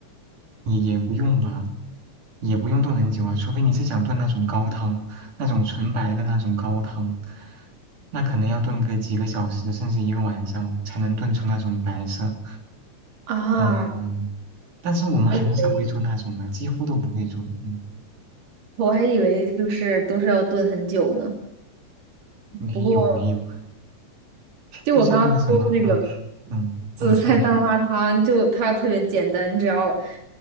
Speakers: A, on the right; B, on the right.
A: 也也不用吧，也不用炖很久啊，除非你是想炖那种高汤，那种纯白的那种高汤，那可能要炖个几个小时，甚至一个晚上才能炖出那种白色。
B: 啊，
A: 嗯，但是我们很少会做那种啊，
B: 还以为
A: 几乎都不会做。嗯，
B: 我还以为就是都是要炖很久呢。
A: 没有没有，
B: 不过就我刚刚说那个。
A: 就像那个什么，嗯嗯，
B: 紫菜蛋花汤就它特别简单，
A: 啊你说你说，
B: 你只要